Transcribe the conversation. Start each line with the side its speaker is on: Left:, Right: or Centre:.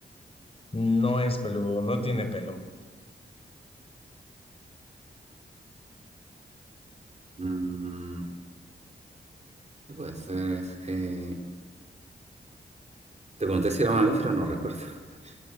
Left: No es peludo. No tiene pelo.
Right: Mm, ¿qué puede ser? Eh, te pregunté si era mamífero, no recuerdo. <laughs>